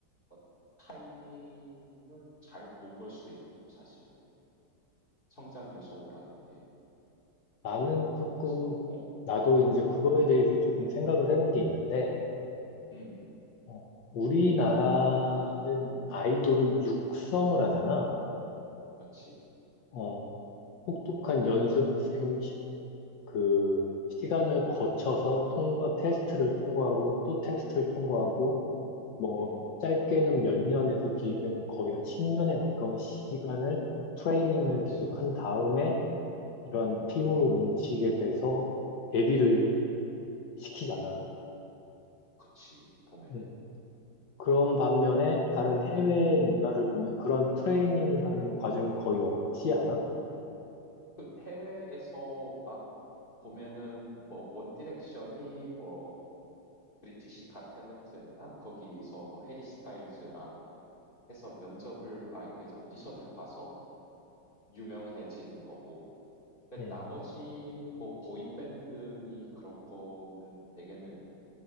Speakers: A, on the left; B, on the left.
A: 뭐 타이밍을 잘 본 걸 수도 있고 사실 성장 요소라는 게
B: 나는 조금,
A: 사실 어.
B: 나도 이제
A: 음.
B: 그거에 대해서 조금 생각을 해본 게 있는데,
A: 음.
B: 어, 우리나라는 아이돌을 육성을
A: 음.
B: 하잖아.
A: 그렇지.
B: 어, 혹독한 연습생 시- 그
A: 음.
B: 시간을 거쳐서 통과, 테스트를
A: 음.
B: 통과하고 또 테스트를 통과하고, 뭐,
A: 음.
B: 짧게는 몇 년에서 길게는 거의 한 10년에 가까운 시간을 트레이닝을
A: 그렇지.
B: 계속 한 다음에 이런
A: 음.
B: 팀으로 뭉치게 돼서 데뷔를
A: 음.
B: 시키잖아.
A: 그렇지. 보면은
B: 음. 그런 반면에 다른 해외
A: 음.
B: 문화를 보면 그런 트레이닝이라는
A: 음.
B: 과정이 거의 없지 않아?
A: 그 해외에서 막 보면은 뭐 원디렉션이 뭐 브리티시 갓 탤런트였나? 거기서 뭐 해리 스타일즈랑 해서 면접을 아 그 이제 오디션을 봐서 유명해진 거고. 근데
B: 예.
A: 나머지 뭐 보이밴드니 그런 거는 대개는